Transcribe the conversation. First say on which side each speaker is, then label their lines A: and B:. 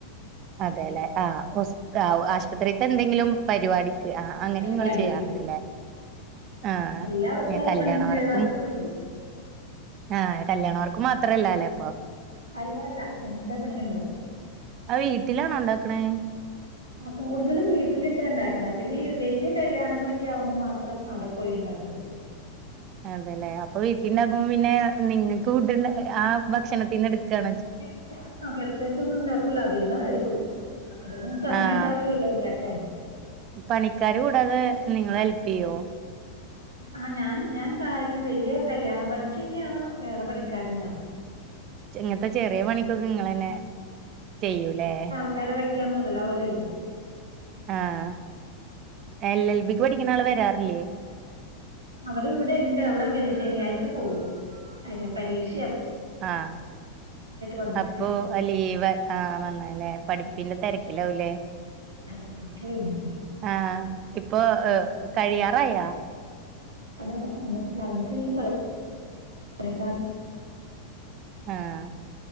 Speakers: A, on the right; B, on the right.
A: അതെല്ലേ ആഹ് <unintelligible> പൊരേത്തേ എന്തെങ്കിലും പരിപാടിക്ക് ആ അങ്ങനെ
B: പരിപാടി
A: ഇങ്ങൾ ചെയ്യാറുണ്ട്ല്ലേ ആഹ്
B: എല്ലാ ദിവസവും
A: ഞാൻകല്യാണ
B: പണി
A: വർക്കും
B: വർക്ക് കൊടുക്കും
A: ആഹ് കല്യാണവർക്ക് മാത്രല്ല അല്ലേ അപ്പൊ
B: അല്ല അല്ല എല്ലാ പണികളും ഉണ്ടാവും
A: അവ് വീട്ടിലാണോ ഉണ്ടാക്കണേ
B: ആ കൂടുതലും വീട്ടിലിട്ട് ഉണ്ടാക്കണ പിന്നെ ഈ വലിയ കല്യാണങ്ങളൊക്കെ ആകുമ്പോ മാത്രം അവിടെ പോയി ഉണ്ടാക്കുള്ളൂ.
A: അതെല്ലേ അപ്പൊ വീട്ടിൽുണ്ടകുമ്പോ പിന്നെ നിങ്ങക്ക് ഫുഡ് ആ ഭക്ഷണത്തിൽന്ന് എടുക്കുകാണ്
B: ഇല്ല പ്രത്യേകിച്ച ഒന്നും ഉണ്ടാക്കൂല അതിൽന്ന് എടുക്കും അതിന് സമയം
A: ആഹ്
B: ഉണ്ടാവൂലല്ലോ ഉണ്ടാക്കാൻ
A: പണിക്കാര് കൂടാതെ നിങ്ങള് ഹെല്പ് ചെയ്യോ
B: ആഹ് ഞാൻ ഞാൻ സഹായിക്കും വലിയ കല്യാണം പണിക്കൊക്കെയാണ് വേറെ പണിക്കാാരണ്ടാവ
A: ഇങ്ങനത്തെ ചെറിയ പണിക്കൊക്കെ നിങ്ങന്നെ ചെയ്യൂല്ലേ
B: ആൾ ക്കാരെ വയ്ക്കാൻ മുതലാവൂ ലല്ലോ
A: ആഹ് എല്ലൽബിക്ക് പഠിക്കുന്ന ആള് വരാറില്ലേ
B: അവര് ഇവിടെണ്ട് അവൾ ശനിയാഴ്ച പോകും പരീക്ഷ
A: ആഹ്
B: വന്നേക്കണയാ
A: അപ്പൊ ലീവ് ആഹ വന്നല്ലേ പഠിപ്പിന്റെ
B: ഉം.
A: തിരക്ക ഡാവല്ലേ
B: അത് പഠിക്കുമായിരുന്നു
A: ആഹ് ഇപ്പൊ കഴിയാറായോ
B: അവിടെ വന്നിട്ടില്ല അവനക്ക് ഈ <unintelligible>
A: ആഹ്